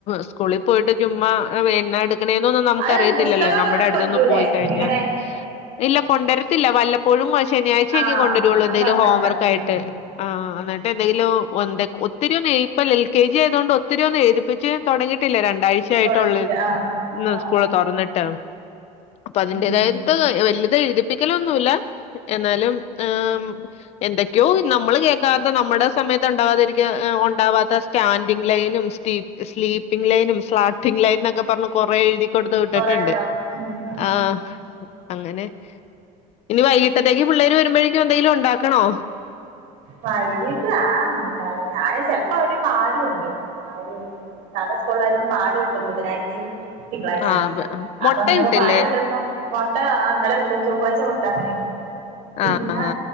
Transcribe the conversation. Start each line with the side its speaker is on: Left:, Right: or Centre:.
Left: സ്‌കൂളി പോയിട്ട് ചുമ്മാ വേനെടു ക്ണൊന്നും നമുക്ക്
Right: അത്
Left: അറിയത്തില്ലല്ലോ
Right: പുസ്തകൊക്കെ
Left: നമ്മുടെ
Right: ഇങ്ങട്ട്
Left: അടുത്തിന്ന്
Right: കൊണ്ടരൂലേ
Left: പോയി കഴിഞ്ഞ
Right: എങ്ങനെ
Left: ഇല്ല കൊണ്ടുവരത്തില്ല വല്ലപ്പോഴും ശനാഴ്ചയൊക്കെ
Right: ആഹ്
Left: കൊണ്ടുവരൊള്ളൂ
Right: അങ്ങനെ
Left: എന്തേലും
Right: പറഞ്ഞേക്ക
Left: ഹോം വർക്കായിട്ട്
Right: ഉം
Left: ആഹ് എന്നിട്ട് എന്തെങ്കിലും ഒന്തെ ഉ- ഒത്തിരിയൊന്ന ഇപ്പ എൽ കെ ജി ആയതുകൊണ്ട് ഒത്തിരിയൊന്നും എഴുതിപ്പിച്ച് തുടങ്ങിട്ടില്ല രണ്ടാ ച്ചായിട്ടുള്ളൂ
Right: തൊടങ്ങിട്ടില്ല ആഹ്
Left: ഇന്ന്
Right: ആഹ്
Left: സ്കൂൾ
Right: ആഹ് ആഹ്
Left: തൊറന്നിട്ട് അപ്പൊ അതിന്റേതായത്
Right: ഉം
Left: വല്ലതു എഴുതിപ്പിക്കലൊന്നുല്ല എന്നാലും ആ എന്തൊക്കെയോ നമ്മൾ കേൾക്കാത്ത നമ്മുടെ സമയത്ത് ഉണ്ടാവാതിരിക്ക ഉണ്ടാവാത്ത സ്റ്റാൻഡിങ് ലൈനും സ്ലീ സ്ലീപ്പിംഗ് ലൈനും സ്ലാട്ടിംഗ് ലൈന് എന്നൊക്കെ പർഞ്ഞ് കൊറേ എഴുതി ന്ന് കൊടുത്ത് വിട്ടിട്ടുണ്ട്
Right: കൊറേ ഉണ്ടാവും ഉം ഉം
Left: ആഹ്
Right: ഉം
Left: അങ്ങനെ ഇനി വൈകിട്ടത്തേക്ക് പിള്ളേര് വരുമ്പഴേക്കും എന്തെങ്കിലും ഉണ്ടാക്കണോ
Right: വൈകിട്ട് ആഹ് പറയ് ഞാന് ചെൽപ്പോ അവര് പാല് കൊണ്ട്രും അവര് സാദാ സ്കൂളിൽ ആയതുകൊണ്ട് പാല് കിട്ടും ബുധനാഴ്ച തിങ്കളാഴ്ചിം
Left: ആ മുട്ട
Right: അപ്പൊ ഇന്ന്
Left: കിട്ടില്ലേ
Right: ഇപ്പൊ പാല് കിട്ടുമ്പോ മൊട്ട ഇന്നലെ കിട്ടും ചൊവ്വാഴ്ച മുട്ട അങ്ങനെയും പിന്നെ
Left: ആ ആ